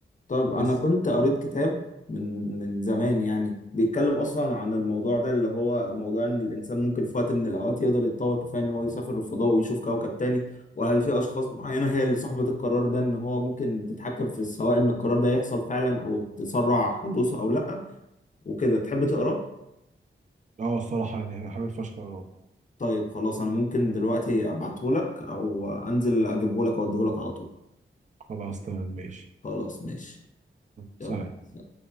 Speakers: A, on the left; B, on the right.
A: طب انا
B: بس
A: كنت قريت كتاب من من زمان يعني بيتكلم اصلا عن الموضوع ده اللي هو موضوع ان الانسان ممكن في وقت من الاوقات يقدر يتطور كفايه ان هو يسافر الفضاء ويشوف كوكب تاني وهل في اشخاص معينه هي اللي صاحبه القرار ده ان هو ممكن تتحكم في سواء ان القرار ده يحصل فعلا او تسرع حدوثه او لا وكده تحب تقراه
B: اه الصراحه يعني حابب فشخ اروح
A: طيب خلاص انا ممكن دلوقتي ابعته لك او انزل اجيبه لك اوديه لك على طول
B: خلاص تمام ماشي
A: خلاص ماشي
B: سلام
A: يلا